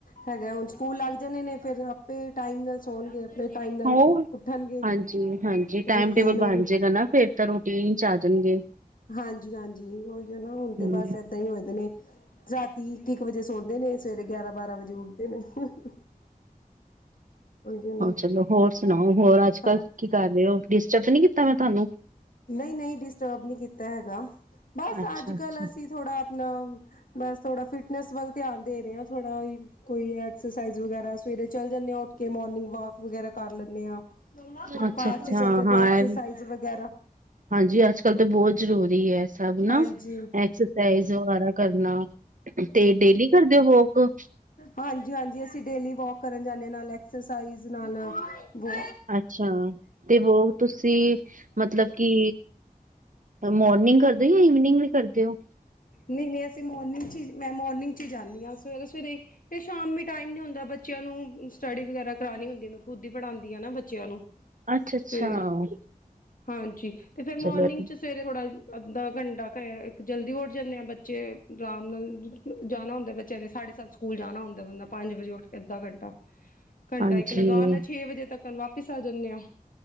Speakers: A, on the left (about 65°); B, on the right (about 60°).
A: ਹੈਗਾ ਏ, ਹੁਣ ਸਕੂਲ ਲੱਗ ਜਾਣੇ ਨੇ ਫਿਰ ਆਪੇ ਟਾਈਮ ਨਾਲ ਸੌਣਗੇ ਤੇ ਟਾਇਮ ਨਾਲ
B: ਹੋਰ
A: ਉੱਠਣਗੇ,
B: ਹਾਂਜੀ ਹਾਂਜੀ ਟਾਈਮ
A: ਰੂਟੀਨ
B: ਟੇਬਲ ਬਣ
A: ਓਈਓ।
B: ਜਾਏਗਾ ਨਾ ਫੇਰ ਤਾ ਰੂਟੀਨ'ਚ ਆ ਜਾਣਗੇ।
A: ਹਾਂਜੀ-ਹਾਂਜੀ। ਓਹੀਓ ਨਾ, ਹੁਣ
B: ਹਮ
A: ਤੇ ਬਸ ਏਦਾਂ ਹੀ ਹੋਇਆਂ ਦੇ ਨੇ। ਰ੍ਹਾਤੀ ਇੱਕ-ਇੱਕ ਵਜੇ ਸੌਦੇ ਨੇ, ਸਵੇਰੇ ਗਿਆਰਾਂ, ਬਾਰਾਂ ਵਜੇ ਉੱਠਦੇ ਨੇ। <unintelligible> ਨਾ
B: ਹਾਂ ਚਲੋ ਹੋਰ ਸੁਣਾਓ, ਹੋਰ, ਅੱਜ
A: ਹਾਂ
B: -ਕੱਲ ਕੀ ਕਰ ਰਹੇ ਹੋ? ਡਿਸਟਰਬ ਤੇ ਨਹੀਂ ਕੀਤਾ ਮੈਂ ਤੁਹਾਨੂੰ?
A: ਨਹੀਂ-ਨਹੀਂ, ਡਿਸਟਰਬ ਨਹੀਂ ਕੀਤਾ ਹੈਗਾ। ਬਸ,
B: ਅੱਛਾ
A: ਅੱਜ-ਕੱਲ
B: ਅੱਛਾ
A: ਅਸੀ ਥੋੜਾ ਆਪਨਾ ਬਸ ਥੋੜਾ, ਫਿਟਨੈਸ ਵੱਲ ਧਿਆਨ ਦੇ ਰਹੇ ਆਂ, ਥੋੜਾ ਓਹ। ਕੋਈ ਐਕਸਰਸਾਈਜ਼ ਵਗੈਰਾ, ਸਵੇਰੇ ਚੱਲ ਜਾਂਦੇ ਹਾਂ ਉੱਠਕੇ, ਮੋਰਨਿੰਗ ਵਾਕ ਵਗੈਰਾ ਕਰ ਲੈਂਨੇ ਆਂ।
B: ਅੱਛਾ
A: ਪਾਰਕ'ਚ
B: ਅੱਛਾ
A: ਚਲ ਜਾਂਨੇ
B: ਹਾਂ
A: ਆ, ਐਕਸਰਸਾਈਜ਼
B: ਇਹ ਵੀ
A: ਵਗੈਰਾ।
B: ਹਾਂਜੀ, ਅੱਜ-ਕੱਲ ਤੇ ਬਹੁਤ ਜ਼ਰੂਰੀ ਹੈ, ਸਭ ਨਾ
A: ਹਾਂਜੀ
B: ਐਕਸਰਸਾਈਜ਼ ਵਗੈਰਾ। ਕਰਨਾ, ਤੇ ਡੇਲੀ ਕਰਦੇ ਹੋ ਵੋਕ?
A: ਹਾਂਜੀ-ਹਾਂਜੀ, ਅਸੀਂ ਡੇਲੀ ਵੌਕ ਕਰਨ ਜਾਂਨੇ ਆ, ਨਾਲ ਐਕਸਰਸਾਈਜ਼, ਨਾਲ ਵੌ
B: ਅੱਛਾ। ਤੇ, ਵੋਕ ਤੁਸੀਂ ਮਤਲਬ ਕਿ ਮੌਰਨਿੰਗ ਕਰਦੇ ਓ, ਯਾ ਈਵਨੀਂਗ ਵੀ ਕਰਦੇ ਓ?
A: ਨਹੀਂ ਨਹੀਂ, ਅਸੀਂ ਮੋਰਨਿੰਗ 'ਚ ਹੀ, ''ਮੈਂ ਮੋਰਨਿੰਗ 'ਚ ਹੀ ਜਾਂਨੀ ਆਂ, ਸਵੇਰੇ-ਸਵੇਰੇ ਤੇ ਸ਼ਾਮੀ ਟਾਈਮ ਨੀ ਹੁੰਦਾ ਬੱਚਿਆਂ ਨੂੰ, ਸਟੱਡੀ ਵਗੈਰਾ ਕਰਾਣੀ ਹੁੰਦੀ, ਮੈਂ ਖੁਦ ਹੀ ਪੜ੍ਹਾਂਦੀ ਆ ਨਾ, ਬੱਚਿਆਂ ਨੂੰ।
B: ਅੱਛਾ ਅੱਛਾ
A: ਤੇ, ਹਾਂਜੀ। ਤੇ ਫੇਰ ਮੋਰਨਿੰਗ'ਚ
B: ਚਲੋ
A: ਸਵੇਰੇ ਥੋੜਾ ਅੱਧਾ ਘੰਟਾ, ਕ ਇੱਕ ਜਲਦੀ ਉਠ ਜਾਂਨੇ ਆ, ਬੱਚੇ ਅਰਾਮ ਨਾਲ ਜਾਣਾ ਹੁੰਦਾ ਬੱਚਿਆਂ ਦੇ ਸਾਢੇ-ਸੱਤ ਸਕੂਲ ਜਾਣਾ ਹੁੰਦਾ, ਬੰਦਾ ਪੰਜ ਵਜੇ ਉੱਠ ਕ ਅਧਾ ਘੰਟਾ, ਘੰਟਾ
B: ਹਾਂਜੀ
A: ਇੱਕ ਲਗਾਲੇ ਛੇ-ਵਜੇ ਤੱਕਨ ਵਾਪੀਸ ਆ ਜਾਂਨੇ ਆ।